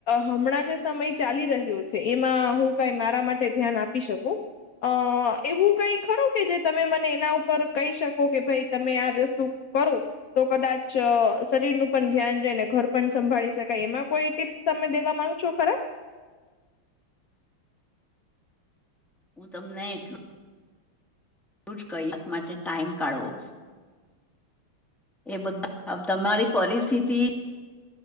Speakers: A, on the left; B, in the centre.
A: હમણાં જે સમય ચાલી રહ્યો છે એમાં હું કઈ મારા માટે ધ્યાન આપી શકું. અ એવું કઈ ખરું કે જે તમે મને એના ઉપર કહી શકો કે ભાઈ તમે આ વસ્તુ કરું. તો કદાચ શરીર નું પણ ધ્યાન રહે ને ઘર પણ સંભાળી શકાય એમાં કોઈ ટીપ્સ. તમે દેવા માંગ છો ખરા?
B: હું તમને એટલું <unintelligible> માટે ટાઈમ કાઢવો એ બધું તમારી પરિસ્થિતિ